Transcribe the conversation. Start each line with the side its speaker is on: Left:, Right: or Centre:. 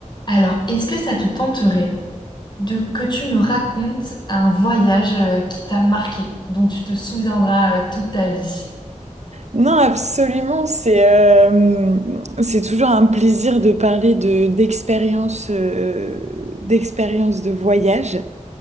Left: Alors, est-ce que ça te tenterait de que tu me racontes un voyage euh, qui t'a marqué, dont tu te souviendras euh, toute ta vie?
Right: Non, absolument. C'est euh, c'est toujours un plaisir de parler de d'expériences euh, d'expériences de voyage.